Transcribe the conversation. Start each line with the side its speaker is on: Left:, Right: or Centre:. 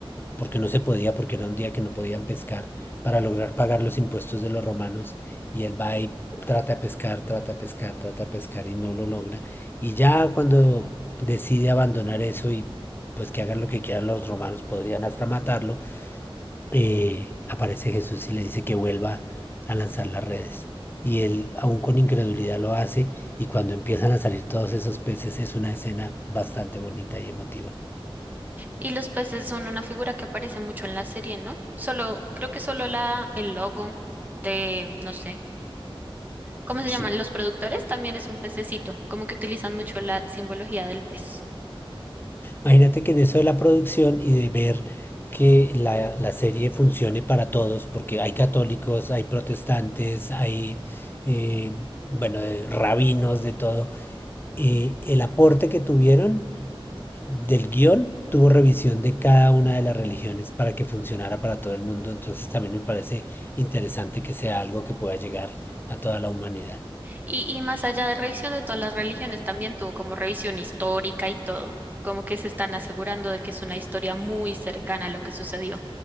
Left: porque no se podía, porque era un día que no podían pescar, para lograr pagar los impuestos de los romanos. Y él va y trata de pescar, trata de pescar, trata de pescar y no lo logra. Y ya cuando decide abandonar eso y pues que hagan lo que quieran los romanos, podrían hasta matarlo, eh, aparece Jesús y le dice que vuelva a lanzar las redes. Y él, aún con incredulidad, lo hace y cuando empiezan a salir todos esos peces es una escena bastante bonita y emotiva.
Right: Y los peces son una figura que aparece mucho en la serie, ¿no? Solo, creo que solo la, el logo de, no sé, ¿cómo se
Left: Sí,
Right: llaman? Los productores también es un pececito, como que utilizan mucho la simbología del pez.
Left: Imagínate que en eso de la producción y de ver que la, la serie funcione para todos, porque hay católicos, hay protestantes, hay, eh, bueno, eh, rabinos, de todo, eh, el aporte que tuvieron del guión tuvo revisión de cada una de las religiones para que funcionara para todo el mundo, entonces también me parece interesante que sea algo que pueda llegar a toda la humanidad.
Right: Y, y más allá de revisión de todas las religiones, también tuvo como revisión histórica y todo, como que se están asegurando de que es una historia muy cercana a lo que sucedió,